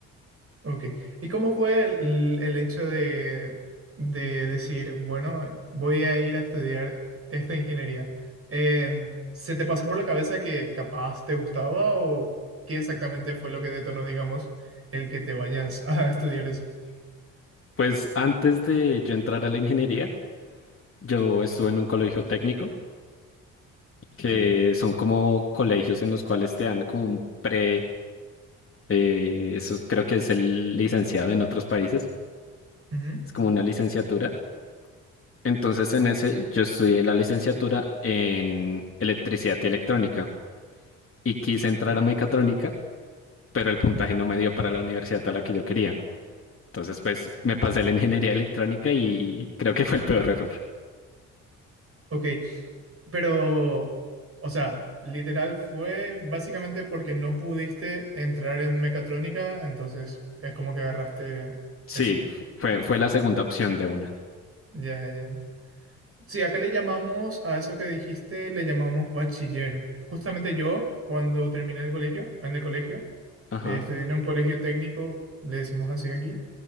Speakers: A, on the right; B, on the left.
A: Ok. ¿Y cómo fue el, el hecho de, de decir, bueno, voy a ir a estudiar esta ingeniería? En- ¿se te pasó por la cabeza que capaz te gustaba o qué exactamente fue lo que detonó, digamos, el que te vayas a <laughs> estudiar eso?
B: Pues antes de yo entrar a la ingeniería, yo estuve en un colegio técnico, que son como colegios en los cuales te dan como un pre, eh, eso creo que es el licenciado en otros países,
A: Ujú.
B: es como una licenciatura. Entonces en ese yo estudié la licenciatura en electricidad y electrónica y quise entrar
A: Ok,
B: a mecatrónica pero el puntaje no me dio para la universidad a la que yo quería. Entonces, pues me pasé la ingeniería electrónica y creo que fue el peor error.
A: Ok, pero, o sea, literal fue básicamente porque no pudiste entrar en mecatrónica, entonces es como que agarraste
B: Sí,
A: eso.
B: fue, fue la segunda opción de una.
A: Ya, ya. Sí, acá le llamamos a eso que dijiste, le llamamos bachiller. Justamente yo, cuando terminé el colegio, en el colegio,
B: Ajá,
A: eh, estudié en un colegio técnico, le decimos así aquí.